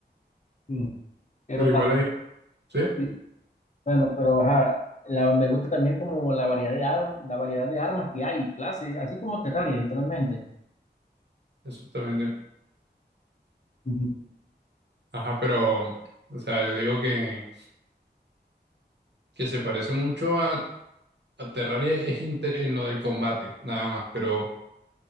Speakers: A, on the left (about 40°); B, on the right (about 70°).
A: Mm. Pero
B: Pero igual
A: también,
B: hay, sí,
A: sí, bueno, pero ajá, la- me gusta también como la variedad de, ar- la variedad de armas que hay, y clases, así como Terraria, literalmente.
B: exactamente.
A: Ujú.
B: Ajá, pero, o sea, yo digo que, que se parece mucho a, a Terraria es en, te- en lo del combate, nada más. Pero